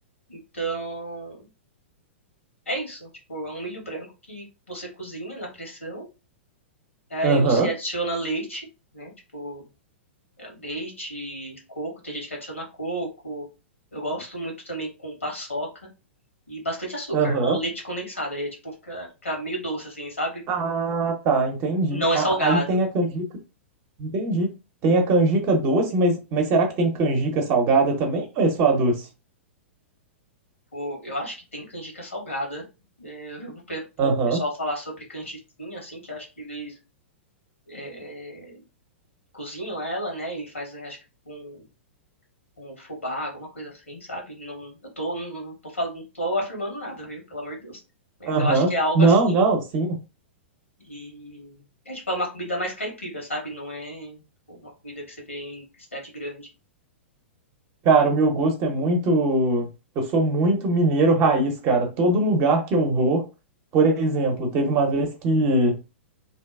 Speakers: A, on the left; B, on the right.
A: Então, é isso. Tipo, é um milho branco que você cozinha na pressão, aí
B: Aham,
A: você adiciona leite, né? Tipo, é, leite, coco, tem gente que adiciona coco. Eu gosto muito também com paçoca e bastante açúcar,
B: aham.
A: ou leite condensado, aí é tipo, fica, fica meio doce, assim, sabe?
B: Ah, tá, entendi.
A: Não
B: A-
A: é salgado.
B: Aí tem a canjica, entendi. Tem a canjica doce, mas, mas será que tem canjica salgada também ou é só a doce?
A: Pô, eu acho que tem canjica salgada. É, Eu vi o pe- po-
B: Aham,
A: o pessoal falar sobre canjiquinha, assim, que eu acho que eles é, é, cozinham ela, né, e fazem, acho que com, com fubá, alguma coisa assim, sabe? Não, eu tô, não, não tô falando, não tô afirmando nada, viu? Pelo amor de Deus. Mas
B: aham.
A: eu acho que é algo
B: Não,
A: assim.
B: não, sim.
A: E é tipo é uma comida mais caipira, sabe? Não é tipo, uma comida que você vê em cidade grande.
B: Cara, o meu gosto é muito. Eu sou muito mineiro raiz, cara. Todo lugar que eu vou, por exemplo, teve uma vez que,